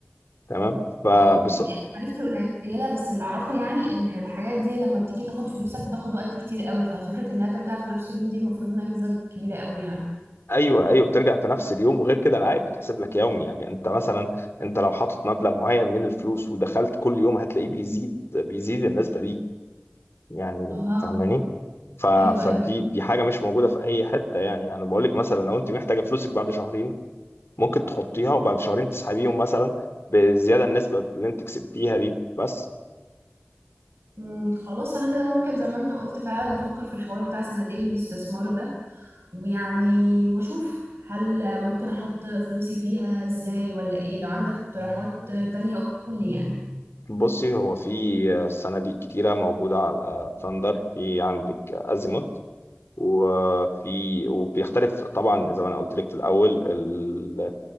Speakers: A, on the left (about 80°); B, on the right (about 75°).
A: تمام فبص
B: واو يعني معرفتي قليله بس اللي اعرفه يعني ان الحاجات دي لما بتيجي تاخد فلوسك بتاخد وقت كتير قوي ففكره انها ترجع في نفس اليوم دي المفروض انها ميزه كبيره قوي يعني
A: ايوه ايوه بترجع في نفس اليوم وغير كده العائد بتحسب لك يومي يعني انت مثلا انت لو حاطط مبلغ معين من الفلوس ودخلت كل يوم هتلاقيه بيزيد بيزيد النسبه دي يعني
B: اها
A: فاهماني ف... فدي
B: ايوه ايوه
A: دي حاجه مش موجوده في اي حته يعني انا بقول لك مثلا لو انت محتاجه فلوسك بعد شهرين ممكن تحطيها وبعد شهرين تسحبيهم مثلا بالزياده النسبه اللي انت كسبتيها دي بس
B: امم خلاص انا كده ممكن زي ما انت قلت فعلا افكر في الحوار بتاع صناديق الاستثمار ده ويعني واشوف هل ممكن احط فلوسي فيها ازاي ولا ايه لو عندك اقتراحات تانية قول لي يعني
A: بصي هو في صناديق كتيره موجوده على ثاندر في عندك ازيموت وفي وبيختلف طبعا زي ما انا قلت لك في الاول ال...